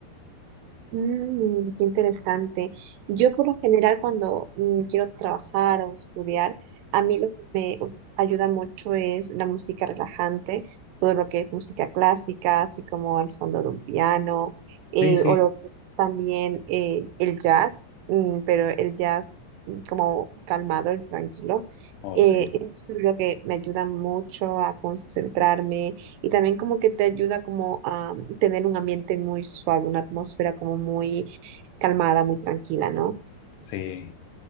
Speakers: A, on the right; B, on the left.
A: Mm, qué interesante. Yo por lo general cuando mm, quiero trabajar o estudiar, a mí lo que me u- ayuda mucho es la música relajante, todo lo que es música clásica, así como el fondo de un piano,
B: Sí,
A: eh,
B: sí,
A: o lo que también eh, el jazz, mm, pero el jazz mm, como calmado, el tranquilo.
B: oh
A: Eh,
B: sí,
A: eso es lo que me ayuda mucho a concentrarme y también como que te ayuda como a tener un ambiente muy suave, una atmósfera como muy calmada, muy tranquila, ¿no?
B: sí.